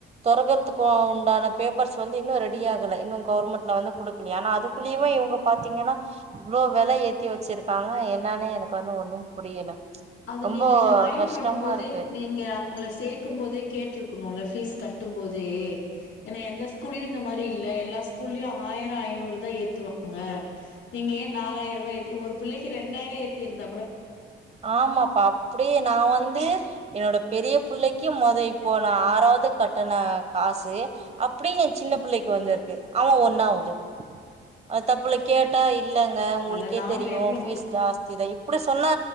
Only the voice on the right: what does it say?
தொறக்கறதுக்கு உண்டான பேப்பர்ஸ் வந்து இன்னும் ரெடி ஆகல இன்னும் கவர்மெண்ட்ல வந்து குடுக்கல ஆனா அதுக்குள்ளயே இவுங்க பாத்தீங்கன்னா இவ்ளோ வெலை ஏத்தி வச்சிருக்காங்க என்னானே எனக்கு வந்து ஒன்னும் புரியல
ரொம்ப
கஷ்டமா
இருக்கு
ஆமாப்பா அப்டியே நான் வந்து என்னோட பெரிய பிள்ளைக்கு முத இப்போ நான் ஆறாவது கட்டண காசு அப்டியே என் சின்ன பிள்ளைக்கு வந்திருக்கு அவன் ஒண்ணாவது அது தப்புல கேட்டா இல்லங்க
உங்களுக்கே
தெரியும்
பஃபீஸ்
ஜாஸ்தி தான் இப்டி சொன்னா